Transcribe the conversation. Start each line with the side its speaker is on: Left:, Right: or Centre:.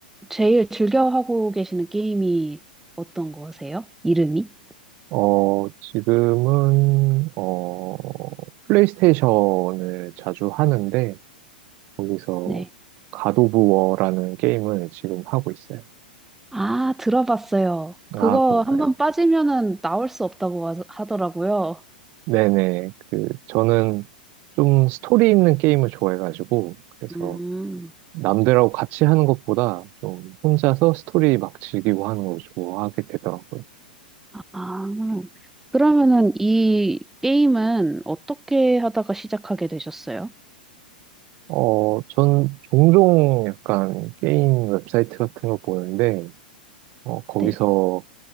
Centre: 제일 즐겨 하고 계시는 게임이 어떤 거세요? 이름이?
Right: 어, 지금은, 어, 플레이스테이션을 자주 하는데, 거기서
Centre: 네.
Right: 갓 오브 워라는 게임을 지금 하고 있어요.
Centre: 아, 들어봤어요.
Right: 아,
Centre: 그거
Right: 그런가요?
Centre: 한번 빠지면은 나올 수 없다고 하- 하더라고요.
Right: 네네. 그, 저는 좀 스토리 있는 게임을 좋아해가지고, 그래서
Centre: 음,
Right: 남들하고 같이 하는 것보다 좀 혼자서 스토리 막 즐기고 하는 걸 좋아하게 되더라고요.
Centre: 아, 그러면은 이 게임은 어떻게 하다가 시작하게 되셨어요?
Right: 어, 전 종종 약간 게임 웹사이트 같은 거 보는데, 어, 거기서
Centre: 네.